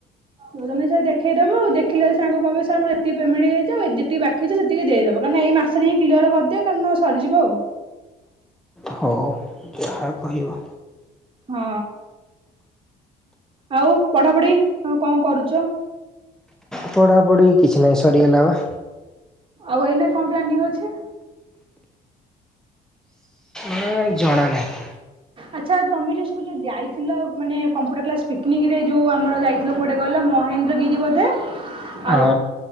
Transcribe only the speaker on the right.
ହ ହଉ ତମେ ସେୟା ଦେଖେଇଦବ ଦେଖିଲେ ସାର୍ ଙ୍କୁ କହିବ ସାର୍ ମୋର ଏତିକି ପେମଣ୍ଟ ହେଇଯାଇଛି ଆଉଯେତିକି ବାକି ଅଛି ସେତିକି ଦେଇଦବ କାଇଁ କିନା ଏଇ ମାସ ସେଠି କ୍ଲିଅର କରିଦିଅ କାରଣ ସରିଯିବ ଆଉ
ହଁ ଆଉ ଆଉ ପଢାପଢି ତମେ କଣ କରୁଛ
ଆଉ ଏଇନା କଣ ପ୍ଲାନିଂ ଅଛି
ଆଚ୍ଛା ତମେ ଯୋଉ ସବୁ ଯୋଉ ଯାଇଥିଲ ମାନେ କମ୍ପୁଟର କ୍ଲାସ ପିକନିକ ରେ ଯୋଉ ଆମର ଯାଇଥିଲ କୋଉଠିକି କହିଲ ମହେନ୍ଦ୍ରଗିରି ବୋଧେ ଆଉ